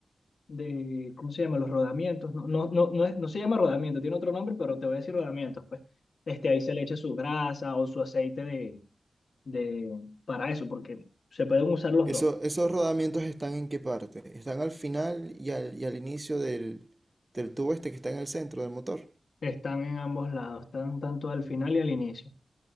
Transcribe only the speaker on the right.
Eso,
esos rodamientos están en qué parte? Están al final y al, y al inicio del, del tubo este que está en el centro del motor.